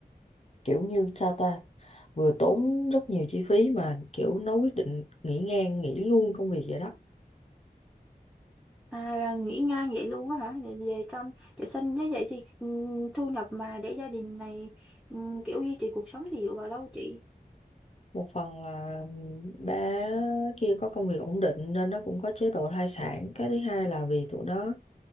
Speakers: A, on the left; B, in the centre.
A: kiểu như sao ta, vừa tốn rất nhiều chi phí mà kiểu nó quyết định nghỉ ngang, nghỉ luôn công việc vậy đó.
B: À, là nghỉ ngang vậy luôn á hả? Vậy, về trong để sinh như vậy thì ừm, thu nhập mà để gia đình này ừm, kiểu duy trì cuộc sống thì dựa vào đâu chị?
A: một phần là bé kia có công việc ổn định nên nó cũng có chế độ thai sản cái thứ hai là vì tụi nó